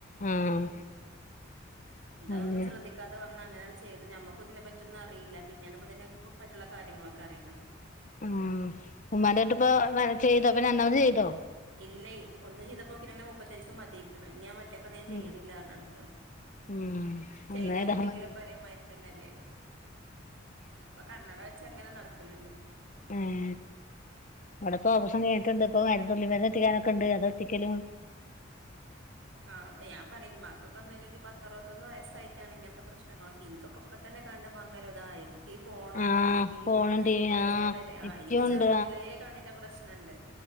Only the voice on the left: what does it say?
ആഹ്
അതന്നെ
ഉം ഉമ്മാന്റെ അൺട്ട് ഇപ്പോ ചെയ്തോ ഇപ്പോ രണ്ടാമത് ചെയ്തോ?
ഉം
ഉം
ഒന്നേതാ
മതി
ഉം അവിടെപ്പാവസം കഴിഞ്ഞിട്ടുണ്ട് ഇപ്പ മരുന്ന് തുള്ളി മരുന്ന് എത്തിക്കാനൊക്കെ ഉണ്ട്. അതെത്തിക്കലും
ആഹ്
ഫോണും ടിവി
ആഹ്
നിക്കുണ്ട്